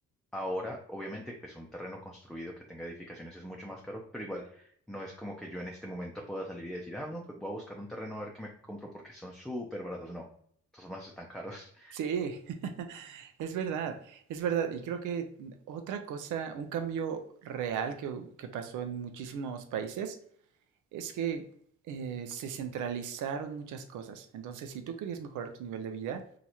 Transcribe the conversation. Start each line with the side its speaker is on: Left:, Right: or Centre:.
Centre: Ahora, obviamente, pues un terreno construido que tenga edificaciones es mucho más caro, pero igual no es como que yo en este momento pueda salir y decir, ah, no, pues voy a buscar un terreno a ver qué me compro porque son súper baratos. No, de todas formas están caros.
Right: Sí, <laughs> es verdad, es verdad. Y creo que otra cosa, un cambio real que, que pasó en muchísimos países es que eh, se centralizaron muchas cosas. Entonces, si tú querías mejorar tu nivel de vida,